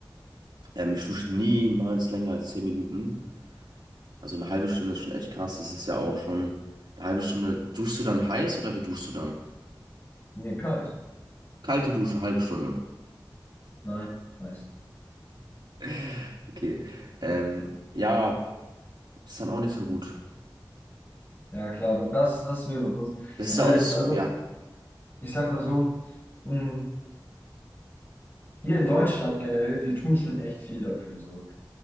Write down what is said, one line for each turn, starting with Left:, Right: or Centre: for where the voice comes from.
Right: Ähm, ich dusche niemals länger als zehn Minuten. Also eine halbe Stunde ist schon echt krass. Das ist ja auch schon eine halbe Stunde. Duschst du dann heiß oder wie duschst du dann?
Left: Nee, kalt.
Right: Kalte Dusche, halbe Stunde.
Left: Nein, heiß.
Right: <laughs> Okay. Ähm, ja, ist dann auch nicht so gut.
Left: Ja, klar, das, das ist mir bewusst.
Right: Das
Left: Aber
Right: ist ja auch nicht so,
Left: also,
Right: ja.
Left: ich sag mal so, mh, hier in Deutschland generell, wir tun schon echt viel dafür. So